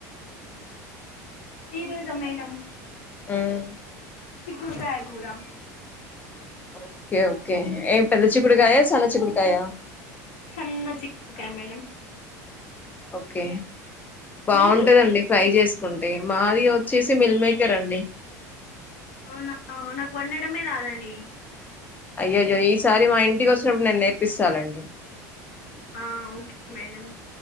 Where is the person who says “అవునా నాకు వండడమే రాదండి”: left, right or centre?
Left